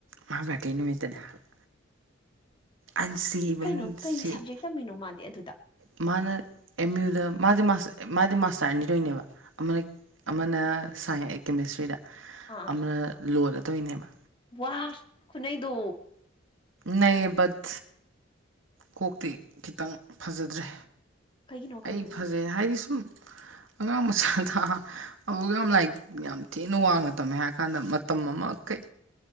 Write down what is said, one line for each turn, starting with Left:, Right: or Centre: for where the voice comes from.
Right: ꯃꯥ ꯚꯥꯔꯇꯤ ꯅꯨꯃꯤꯠꯇꯅꯦ ꯍꯥꯏꯕ ꯑꯟꯁꯤ ꯏꯚꯟ
Left: ꯀꯩꯅꯣ
Right: ꯁꯤ
Left: ꯀꯩ ꯁꯞꯖꯦꯛ ꯇꯝꯃꯤꯅꯣ ꯃꯥꯗꯤ ꯑꯗꯨꯗ
Right: ꯃꯥꯅ ꯑꯦꯝ ꯌꯌꯨꯗ ꯃꯥꯗꯤ ꯃꯥꯗꯤ ꯃꯥꯁꯇꯔꯅꯤꯗꯣꯏꯅꯦꯕ ꯑꯃꯅ ꯑꯃꯅ ꯁꯥꯏꯟꯁ ꯀꯦꯃꯤꯁꯇ꯭ꯔꯤꯗ
Left: ꯑꯥ ꯑꯥ
Right: ꯑꯃꯅ ꯂꯣꯗ ꯇꯧꯔꯤꯅꯦꯕ
Left: ꯋꯥ ꯈꯨꯅꯩꯗꯨ
Right: ꯅꯩꯌꯦ ꯕꯠ ꯀꯣꯛꯇꯤ ꯈꯤꯇꯪ ꯐꯖꯗ꯭ꯔꯦ
Left: ꯀꯩꯒꯤꯅꯣ
Right: ꯑꯩ
Left: ꯀꯩꯒꯤꯅꯣ
Right: ꯐꯖꯩ ꯍꯥꯏꯗꯤ ꯁꯨꯝ ꯑꯉꯥꯡ ꯃꯆꯥ ꯑꯗꯨꯒ ꯌꯥꯝ ꯂꯥꯏꯔꯤꯛ ꯌꯥꯝ ꯊꯤꯅ ꯋꯥꯡꯅ ꯇꯝꯃꯦ ꯍꯥꯏꯔ ꯀꯥꯟꯗ ꯃꯇꯝ ꯑꯃ ꯀꯩ